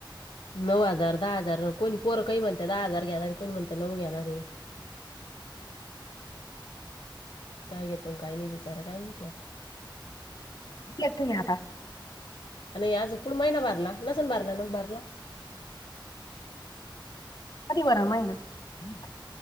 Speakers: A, on the left; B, on the left.
A: नऊ हजार दहा हजार कोणी पोरं काही म्हणत दहा हजार घ्याणार कोणी म्हणत नऊ घेणारे हाय <inaudible> काय घेतो काही नाही बिचारा काय माहिती आता
B: दिले का तुम्ही आता
A: आणि आज उकड महिना भरला नसून भरला मग भरला
B: कधी भरणार <inaudible>